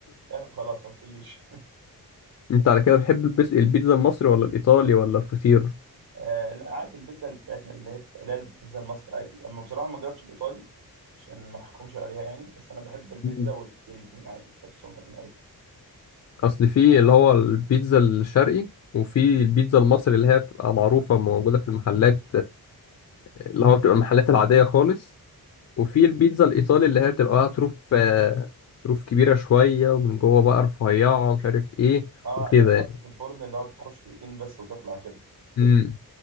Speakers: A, on the right (about 70°); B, on the left (about 45°).
A: هي خلاص ما بتقوليش
B: انت على كده بتحب البيز- البيتزا المصري ولا الايطالي ولا الفطير
A: <laughs> آه لا عادي البيتزا اللي بتاعتنا اللي هي بتاع- اللي هي البيتزا المصري عادي أما بصراحة ما جربتش الإيطالي عشان ما أحكمش عليها يعني بس أنا بحب البيتزا
B: مم.
A: والفطير الاتنين عادي بحبهم الاتنين أوي
B: اصل في اللي هو البيتزا الشرقي وفي البيتزا المصري اللي هي بتبقى معروفه موجوده في المحلات اللي هو بتبقى المحلات العادية خالص وفي البيتزا الإيطالي اللي هي بتبقى بقى طروف آه، طروف كبيرة شوية ومن جوه بقى رفيعة ومش عارف إيه
A: أه
B: وكده
A: اللي هي بتتحط
B: يعني
A: في الفرن اللي هو بتخش دقيقتين بس وتطلع كده
B: امم